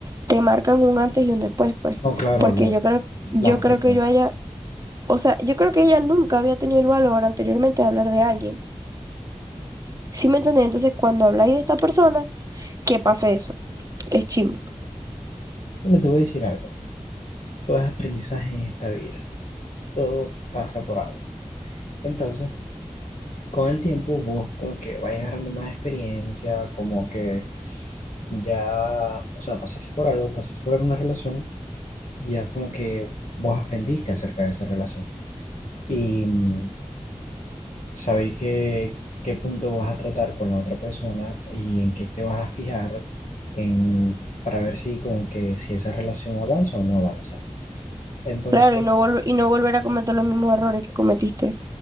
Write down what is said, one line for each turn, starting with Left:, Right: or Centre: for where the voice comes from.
Right: te marcan un antes y un después, pues.
Left: no, claro,
Right: Porque
Left: la,
Right: yo creo, yo
Left: la afectan.
Right: creo que yo haya, o sea, yo creo que ella nunca había tenido el valor anteriormente de hablar de alguien. ¿Sí me entendés? Entonces, cuando habláis de esta persona, ¿qué pasa eso? es chimbo.
Left: Bueno, te voy a decir algo. Todo es aprendizaje en esta vida. Todo pasa por algo. Entonces, con el tiempo, vos como que vas agarrando más experiencia, como que ya, o sea, pasaste por algo, pasaste por una relación, ya como que vos aprendiste acerca de esa relación. Y mm, sabéis qué, qué punto vas a tratar con la otra persona y en qué te vas a fijar en, para ver si con que si esa relación avanza o no avanza. Entonces,
Right: Claro, y no, volver y no volver a cometer los mismos errores que cometiste